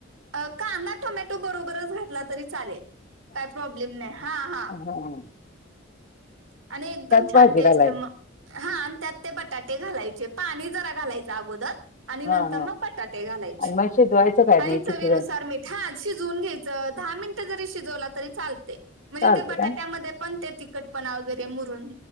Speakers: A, on the right; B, on the left.
A: कांदा, टोमॅटो बरोबरच घातला तरी चालेल काही प्रॉब्लेम नाही हां हां.
B: हम्म हम्म.
A: आणि एकदम छान
B: भाजी
A: टेस्ट
B: घालाय
A: मग हां आणि त्यात ते बटाटे घालायचे पाणी जरा घालायच अगोदर. आणि
B: हा
A: नंतर
B: हा
A: मग बटाटे घालायचे,
B: आणि मग शिजवायचं काय
A: आणि
B: नाही किती
A: चवीनुसार
B: वेळ
A: मी हां शिजवून घ्यायचं दहा मिनिटं जरी शिजवला तरी चालतय म्हणजे
B: चालतं
A: ते बटाट्यामध्ये
B: काय
A: पण ते तिखटपणा वगैरे मुरून